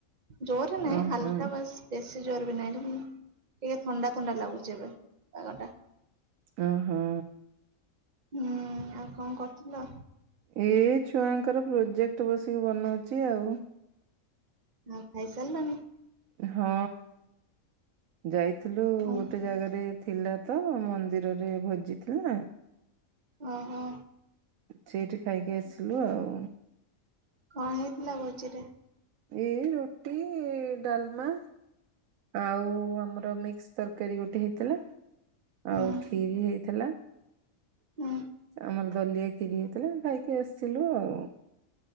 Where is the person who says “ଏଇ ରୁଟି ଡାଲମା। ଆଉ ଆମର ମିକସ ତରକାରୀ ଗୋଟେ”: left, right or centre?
Right